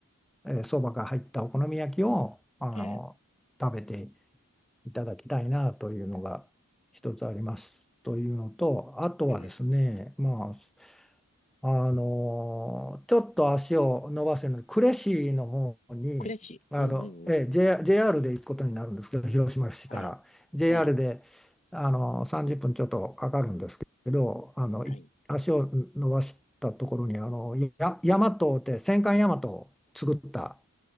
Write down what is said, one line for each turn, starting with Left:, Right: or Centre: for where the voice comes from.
Centre: えー、そばが入ったお好み焼きをあの食べて
Left: ええ、
Centre: いただきたいなというのが一つありますというのと、あとはですね、
Left: ええ、え
Centre: まあ、あの、ちょっと足を伸ばせるので、呉市の方に、
Left: しいうんうんうんうんうん
Centre: あの、え、J- JR で行くことになるんですけど、広島市から
Left: はい、
Centre: JR
Left: はい、
Centre: であの30分ちょっとかかるんですけど、あの、
Left: はい、
Centre: い足を伸ばしたところに、あの、や、大和って戦艦大和を作った
Left: はい。